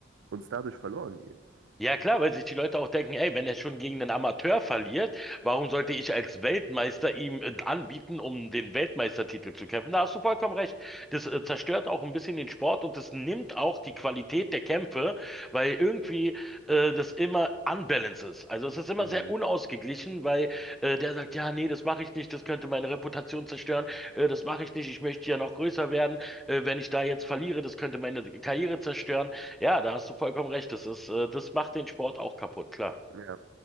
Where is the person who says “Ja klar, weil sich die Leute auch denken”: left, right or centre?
Centre